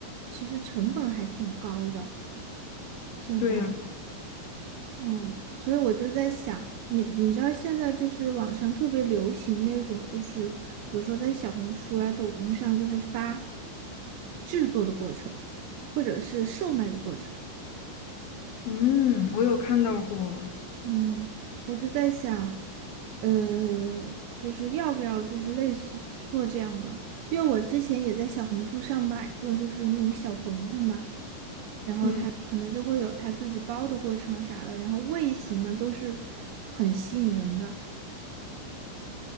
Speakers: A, on the right; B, on the left.
A: 其实成本还挺高的，现在。
B: 对呀，
A: 嗯，所以我就在想，你你知道现在就是网上特别流行那种，就是比如说在小红书啊、抖音上，就是发制作的过程，或者是售卖的过程。
B: 嗯，我有看到过，
A: 嗯，我就在想，呃，就是要不要就是类似做这样的，因为我之前也在小红书上买过，就是那种小馄饨嘛。然后它可能就会有它自己包的过程啊啥的，
B: 嗯，
A: 然后味型呢都是很吸引人的。